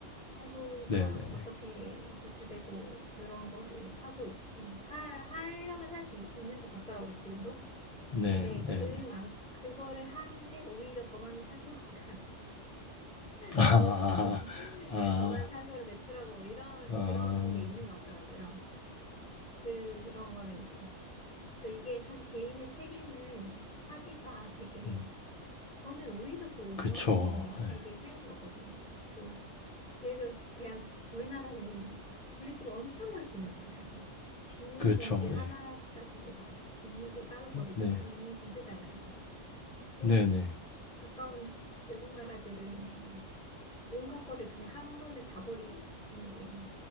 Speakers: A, in the centre; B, on the left.
A: 탄소가
B: 네네네
A: 어떻게 배출되고 그런 거를 하고 있기, 하, 하려면 할 수 있는 것 같더라고요, 지금도.
B: 네네네
A: 근데 그만, 그거를 하는데 오히려 더 많은 산소가
B: 아아아아
A: 나오고 <laughs>
B: 아, 아,
A: 네, 더 많은 탄소를 배출하고 뭐 이런
B: 아.
A: 그런 게 있는 것 같더라고요. 그런 거를 이제 저 이게 사실 개인의 책임을 하기가 되게
B: 네.
A: 저는 오히려 또 이런
B: 그쵸.
A: 거
B: 예.
A: 되게 생각해 봤거든요. 그 예를 들어서 대한 저희 나라는 막 분리수거 엄청 열심히 하잖아요. 비닐봉지
B: 그렇죠
A: 하나까지도
B: 네.
A: 막 비닐로 따로 버리고
B: 네.
A: 막 이, 이러잖아요. 근데
B: 네네.
A: 가까운 외국 나라들은 막 온갖 거를 그냥 한 번에 다 버리는데